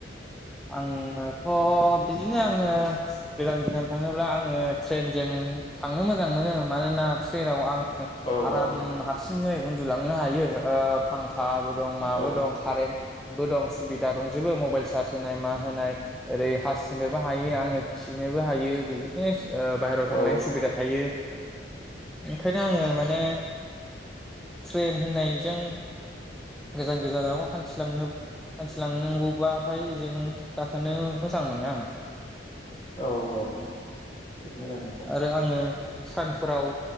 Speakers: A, in the centre; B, on the left (about 30°).
A: आंङोथ' बिदिनो आंङो गोजान गोजान थांङोब्ला आंङो ट्रेनजों थांनो मोजां मोनो मानोना ट्रेनाव आंङो ङो
B: औ
A: आराम
B: औ
A: हारसिंङै उन्दुलांनो हायो ओ फांखा दं मा
B: औ
A: दं कारेनबो दं सुबिदा दंजोबो मबाइल सार्स होनाय मा होनाय ओरै हासुनोबो हायो आरो खिनोबो हायो बिदि बाहेरायाव थांनायनि
B: औ
A: सुबिदा थायो ओंखायनो आङो माने ट्रेन होननायजों गोजान गोजान लामा हान्थिलांनो हान्थिलांनांगौबाथाय जों गाखोनो मोजां मोनो आङो
B: औ औ जोबोद मोजां नोंथां
A: आरो आङो सानफोराव